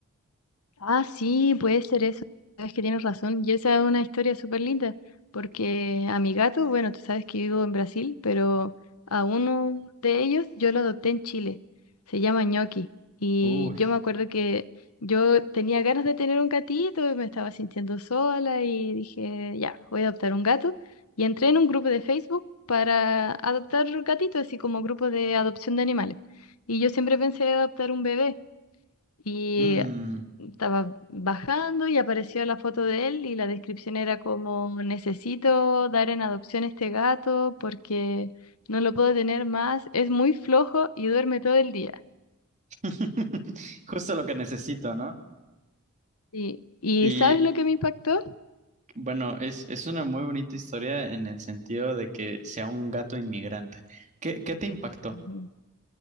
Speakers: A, on the left; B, on the right.
A: Ah, sí, puede ser eso. Sabes que tienes razón. Y esa es una historia súper linda, porque a mi gato, bueno, tú sabes que vivo en Brasil, pero a uno de ellos yo lo adopté en Chile. Se llama Ñoqui. Y
B: Uy,
A: yo me acuerdo que yo tenía ganas de tener un gatito, y me estaba sintiendo sola y dije, ya, voy a adoptar un gato. Y entré en un grupo de Facebook para adoptar gatitos, así como grupo de adopción de animales. Y yo siempre pensé adoptar un bebé y
B: mm.
A: estaba bajando y apareció la foto de él y la descripción era como, necesito dar en adopción este gato porque no lo puedo tener más, es muy flojo y duerme todo el día.
B: <laughs> Justo lo que necesito, ¿no?
A: Y, y
B: Y
A: ¿sabes lo que me impactó?
B: bueno, es, es una muy bonita historia en el sentido de que sea un gato inmigrante. ¿Qué, qué te impactó?
A: Ujú.